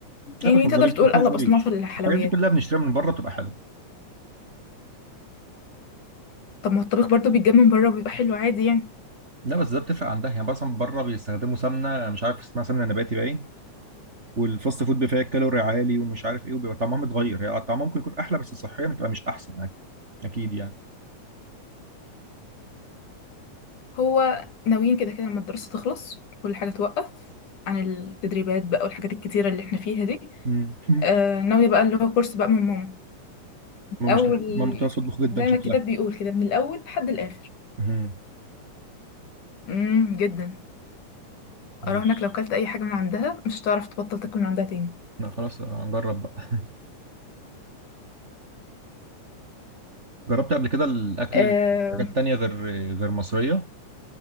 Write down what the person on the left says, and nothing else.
يعني
تقدر تقول
اغلب اصناف الحلويات
طب ما الطبيخ برضه بيتجاب من بره وبيبقى حلو عادي يعني
هو ناويين كده كده لما الدراسة تخلص كل حاجة توقف عن التدريبات بقى والحاجات الكتيرة اللي احنا فيها دي
آه ناوية بقى اللي هو كورس بقى من ماما
أول
زي
ما الكتاب بيقول كده من الأول لحد الآخر
امم جدا
أراهنك لو كلت أي حاجة من عندها مش هتعرف تبطل تاكل من عندها تاني
آه